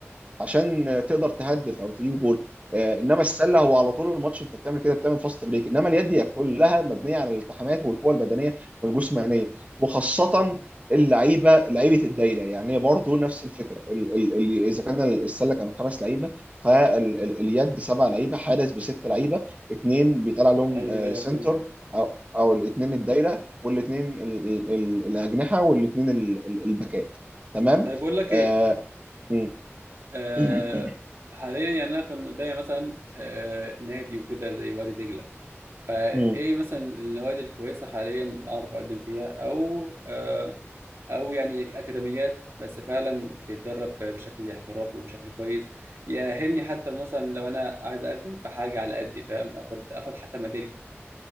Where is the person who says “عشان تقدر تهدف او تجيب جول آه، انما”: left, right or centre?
Right